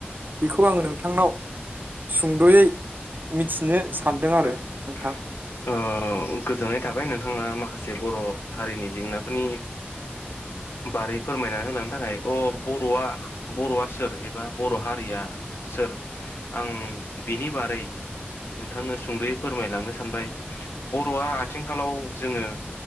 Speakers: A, on the right (about 50°); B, on the left (about 80°).
A: बेखौ आं नोंथांनाव सुंदयै मिथिनो सानदों आरो
B: ओ
A: नोंथां
B: गोजोननाय थाबाय नोंथाङा माखासे <inaudible> बर' हारिनि जेंनाफोरनि बारै फोरमायनानै होलांनो थाखाय अ बर बर'आ सोर? एबा बर' हारिया सोर? आं बिनि बारै नोंथांनो सुंद'यै फोरमायलांनो सानबाय बर'आ आथिंखालाव जोङो